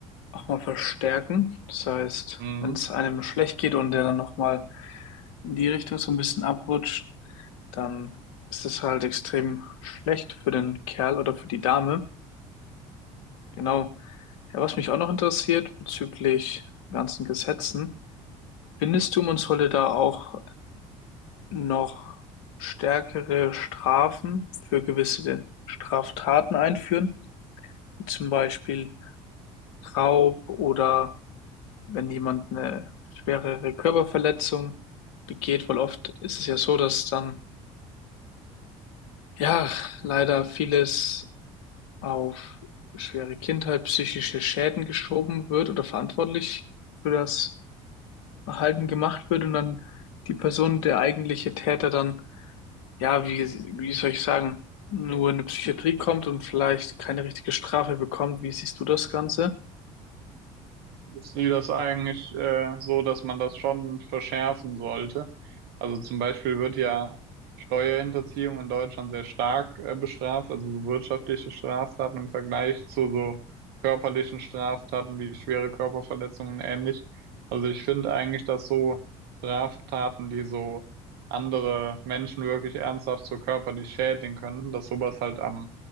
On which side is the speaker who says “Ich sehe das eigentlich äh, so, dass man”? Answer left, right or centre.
Right